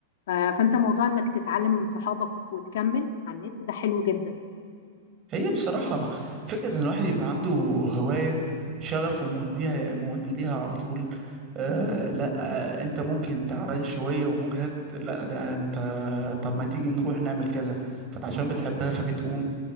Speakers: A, on the left (about 70°); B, on the right (about 25°).
A: ف... فانت موضوع انك تتعلم من صحابك وتكمل على النت ده حلو جدا
B: هي بصراحه فكره ان الواحد يبقى عنده هوايه شغف وموديها مودي ليها على طول آه لا آه انت ممكن تعبان شويه ومجهد لا ده انت طب ما تيجي نروح نعمل كذا فانت عشان بتحبها فبتقوم